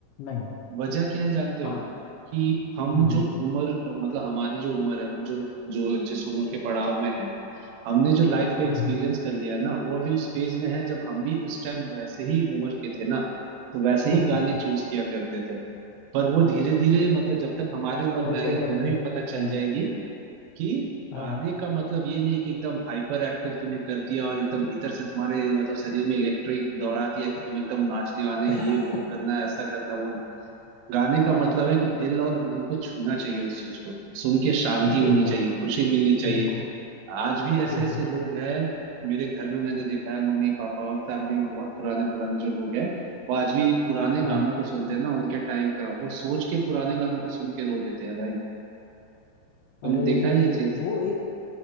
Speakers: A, on the left; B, on the right.
A: नहीं
B: वजह क्या है जानते हो
A: आज
B: कि हम
A: हम्म हम्म
B: जो उम्र मतलब हमारी जो उम्र है हम जो जो जिस उम्र के पड़ाव में है हमने जो लाइफ को एक्सपीरियंस
A: हम्म, हम्म।
B: कर लिया है ना वो अभी उस फेज में है जब हम भी उस टाइम वैसे ही उम्र के थे ना तो वैसे ही
A: <laughs>
B: गाने चूज किया करते थे पर वो धीरे धीरे मतलब जब तक हमारी उम्र
A: होते
B: में आएंगे
A: करते
B: उन्हें भी पता चल
A: हाँ
B: जाएगी कि
A: हाँ
B: गाने का मतलब ये नहीं कि एकदम हाइपर एक्टिव तुम्हें कर दिया और एकदम भीतर से तुम्हारे मतलब शरीर में इलेक्ट्रिक दौड़ा दिया कि तुम एकदम नाचने वाने
A: <laughs>
B: ये वो करना ऐसा करना वो गाने का
A: हाँ
B: मतलब है कि दिल और मन को छूना चाहिए उस चीज को सुन के शांति होनी
A: बिल्कुल
B: चाहिए खुशी मिलनी चाहिए
A: बिल्कुल
B: आज भी ऐसे
A: बिल्कुल
B: ऐसे लोग हैं मेरे घर में मैंने देखा है मम्मी पापा और फैमिली में बहुत पुराने पुराने जो लोग हैं वो आज भी पुराने गानों
A: हाँ
B: को सुनते हैं ना उनके टाइम का वो सोच के पुराने गानों को सुन के रो देते हैं भाई तुमने
A: अरे
B: देखा है ये चीज
A: वो एक